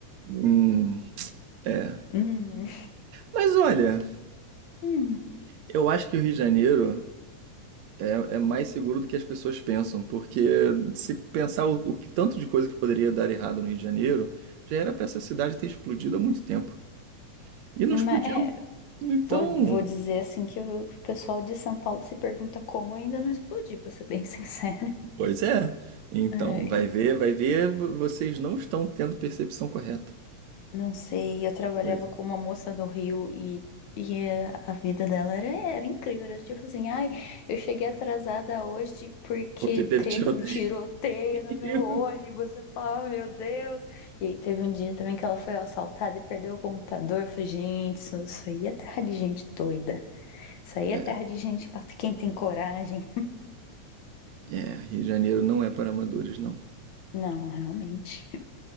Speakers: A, on the right (about 75°); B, on the left (about 75°).
A: Hum, é.
B: Hum.
A: Mas olha,
B: Hum.
A: eu acho que o Rio de Janeiro é, é mais seguro do que as pessoas pensam, porque se pensar o, o que tanto de coisa que poderia dar errado no Rio de Janeiro, já era pra essa cidade ter explodido há muito tempo. E não
B: Mas,
A: explodiu.
B: é,
A: Então,
B: Vou, vou dizer assim que o pessoal de São Paulo se pergunta como ainda não explodiu, pra ser bem <laughs> sincera.
A: pois é. Então,
B: É,
A: vai
B: e
A: ver, vai ver, vo- vocês não estão tendo percepção correta
B: não sei, eu trabalhava
A: da coisa.
B: com uma moça do Rio e, e é, a vida dela era, era incrível. Era tipo assim, ai, eu cheguei atrasada hoje porque
A: Porque teve
B: teve
A: tiroteio.
B: um tiroteio
A: <laughs>
B: no meu ônibus. Eu falava, meu Deus. E aí teve um dia também que ela foi assaltada e perdeu o computador. Eu falei, gente, isso, isso aí é terra de gente doida. Isso aí é
A: É,
B: terra de gente pra quem tem coragem.
A: é, Rio de Janeiro não é para amadores, não.
B: Não, realmente.